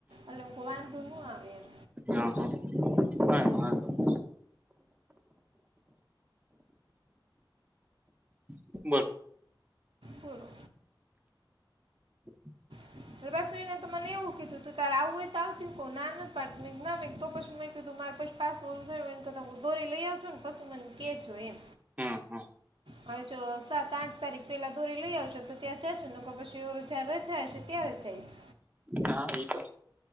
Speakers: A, on the right; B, on the right.
A: એટ હ વાંધો ન આવે એમ.
B: <unintelligible> નઈ બોલ
A: બોલો.
B: <inaudible>
A: <unintelligible> તો મને એવું કીધું તું તારે આવું હોય તો આવજે ક ના ન પાડતી તો પછી મે તું મારે પછી પાસ ઓળું છે ને એનેતા હું દોરી લઈ આવ છું ને પછ મને કે જો એમ.
B: હા હા.
A: હવે જો સાત આઠ તારીખ પેલા દોરી લઈ આવશો તો ત્યાં જશે ને પછી ઓ જાર રજા હશે. ત્યારે જઇશ.
B: હા એ તો